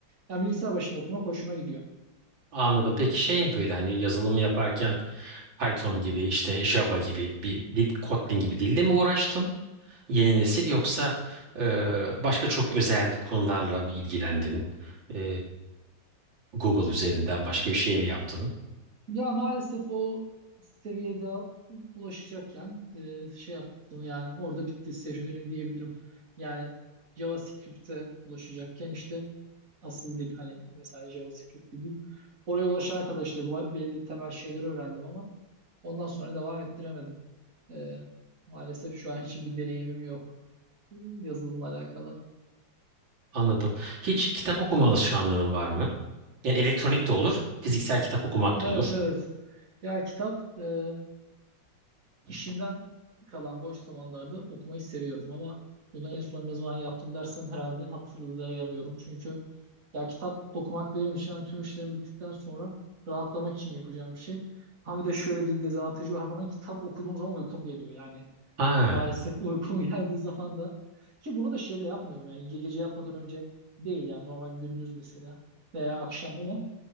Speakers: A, on the right; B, on the right.
A: yani bilgisayar başında oturmak hoşuma gidiyor.
B: Anladım. Peki şey mi böyle hani yazılımı yaparken Python gibi, işte Java gibi bir dil, Kotlin gibi dille mi uğraştın? Yeni nesil yoksa e, başka çok özel konularla mı ilgilendin? E, Google üzerinden başka bir şey mi yaptın?
A: Ya maalesef o seviyede ulaşacakken e, şey yaptım yani orada bitti serüvenim diyebilirim. Yani JavaScript'e ulaşacakken işte asıl dil hani mesela JavaScript bir dil. Oraya ulaşana kadar işte bu belli temel şeyleri öğrendim ama ondan sonra devam ettiremedim. E, maalesef şu an için bir deneyimim yok e, yazılımla alakalı.
B: Anladım. Hiç kitap okuma alışkanlığın var mı? Yani elektronik de olur, fiziksel kitap okumak
A: Evet
B: da olur.
A: evet. Ya kitap e, İşimden kalan boş zamanlarda okumayı seviyorum ama bunu en son ne zaman yaptım dersen herhalde hatırlayamıyorum. Çünkü ya kitap okumak benim için hani tüm işlerim bittikten sonra rahatlamak için yapacağım bir şey. Ama bir de şöyle bir dezavantajı var. Bana kitap okuduğum zaman uykum geliyor. Yani
B: Ha,
A: maalesef <laughs> uykum geldiği zaman da ki bunu da şeyde yapmıyorum yani ge- gece yatmadan önce değil yani normal gündüz mesela veya akşam ama